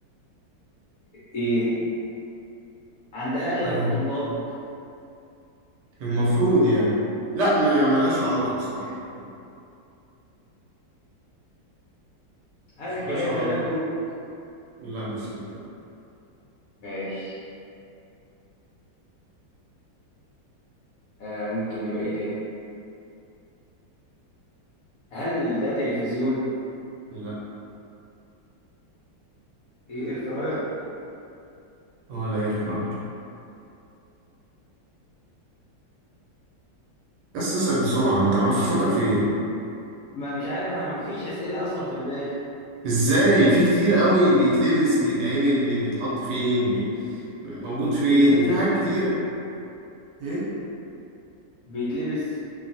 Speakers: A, on the left (about 75°); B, on the right (about 70°).
A: إيه عند أغلب
B: ايه
A: الطلاب
B: المفروض يعني لا ما ملهاش علاقة بصراحة
A: هل
B: مش
A: الجهاز
B: ملهاش علاقة
A: ده لابتوب؟
B: لا مش لابتوب
A: ماشي آه ممكن يبقى إيه تاني؟ هل ده تلفزيون؟
B: لا
A: إيه إير فراير ولا
B: ولا اير فراير بس اسأل بسرعة انت عارف تفكر في ايه
A: ما مش عارف انا ما فيش اسئله اصلا في دماغي
B: ازاي في كتير قوي بيتلبس بيتعمل بي- بيتحط فين بي... موجود فين
A: بيتلبس
B: في حاجات كتيرة ايه
A: بيتلبس